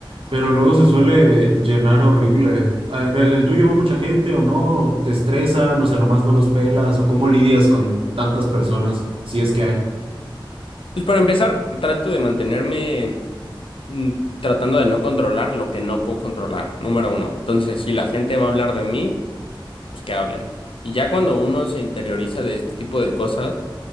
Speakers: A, on the right (about 90°); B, on the left (about 80°).
A: pero luego se suele llenar horrible. A ver, ¿El, el tuyo va mucha gente o no? ¿O ¿Te estresan? O sea, nomás no los pelas. ¿O cómo lidias con tantas personas, si es que hay?
B: pues para empezar, trato de mantenerme mm, tratando de no controlar lo que no puedo controlar, número uno. Entonces, si la gente va a hablar de mí, pues que hablen. Y ya cuando uno se interioriza de este tipo de cosas,